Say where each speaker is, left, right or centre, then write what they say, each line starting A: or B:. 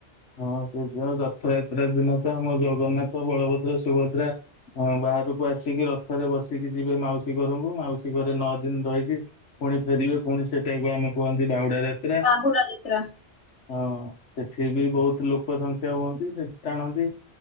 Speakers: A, on the left; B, on the left.
A: ହଁ ସେଇଥି ଆଉ ରଥଯାତ୍ରା ଦିନ ତ ଆମ ଜଗନ୍ନାଥ ବଳଭଦ୍ର ସୁଭଦ୍ରା ବାହାରକୁ ଆସିକି ରଥରେ ବସିକି ଯିବେ ମାଉସୀ ଘରକୁ ମାଉସୀ ଘରେ ନଅ ଦିନ ରହିକି ପୁଣି ଫେରିବେ ପୁଣି ସେଟାକୁ ଆମେ କୁହନ୍ତି ବାହୁଡା ଯାତ୍ରା
B: ବାହୁଡା ଯ। ତ୍ରା।
A: ହଁ ସେଠି ବି ବହୁତ ଲୋକ ସଂଖ୍ୟା ହୁଅନ୍ତି ସେଠୀ ଟାଣନ୍ତି